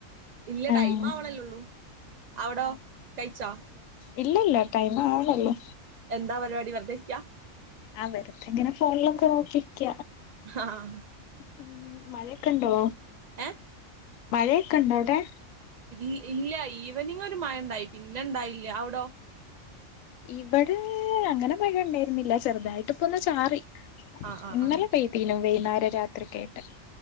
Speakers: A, on the right; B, on the left.
A: ഇല്ല
B: ആഹ്
A: ടൈം ആവണല്ലൊള്ളൂ അവിടോ കഴ്ച്ചോ
B: ഇല്ലില്ല ടൈം ആവണുള്ളു
A: എന്താ പരിപാടി വെർതിരിക്കാ
B: ആഹ് വെർതിങ്ങനെ ഫോണിലൊക്കെ നോക്കിരിക്ക
A: ആഹ്
B: ഊഹ് മഴയൊക്കിണ്ടോ
A: ഏഹ്
B: മഴയൊക്കെ ഉണ്ടോ അവിടെ
A: ഇ ഇല്ല ഈവനിംങ് ഒരു മഴ ഉണ്ടായി പിന്നെണ്ടായില്ല അവിടോ
B: ഇവിടെ അങ്ങനെ മഴ ഉണ്ടായിരുന്നില്ല ചെറുതായിട്ട് ഇപ്പ ഒന്ന് ചാറി
A: ആ ആ
B: ഇന്നലെ
A: ആ
B: പെയതീനും വൈകുന്നേരം രാത്രിയൊക്കെയായിട്ട്